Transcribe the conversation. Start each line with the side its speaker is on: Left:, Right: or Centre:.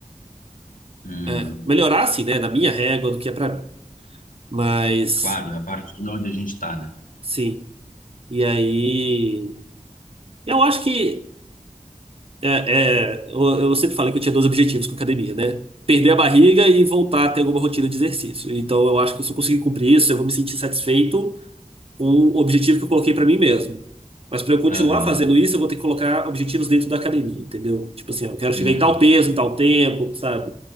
Left: uhum.
Right: É, Melhorar, assim, né? Na minha régua do que é pra mim. Mas,
Left: Claro, é a partir de onde a gente está, né?
Right: sim. E aí. Eu acho que é, é, eu, eu sempre falei que eu tinha dois objetivos com a academia, né? Perder a barriga e voltar a ter alguma rotina de exercício. Então eu acho que se eu conseguir cumprir isso, eu vou me sentir satisfeito com o objetivo que eu coloquei pra mim mesmo. Mas pra eu continuar
Left: Aham,
Right: fazendo isso, eu vou ter que colocar objetivos dentro da academia, entendeu? Tipo assim, ó, eu quero chegar
Left: uhum,
Right: em tal peso, em tal tempo, sabe?